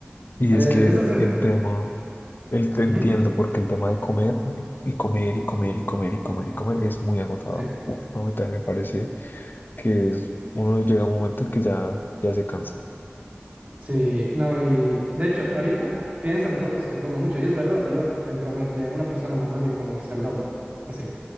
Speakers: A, on the left (about 55°); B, on the right (about 45°).
A: Y dos.
B: Eh,
A: Y es que
B: eso
A: el,
B: es...
A: el tema, el, te entiendo,
B: Ujú,
A: porque el tema de comer eh, y comer y comer y comer y comer y comer es muy agotador.
B: Sí,
A: Uf, no, a mí también me parece que es, uno llega a un momento en que ya, ya se cansa.
B: sí, no, y de hecho, ahorita piensan todos que como mucho. Y es verdad, yo en promedio de una persona normal yo como quizá el doble. Así.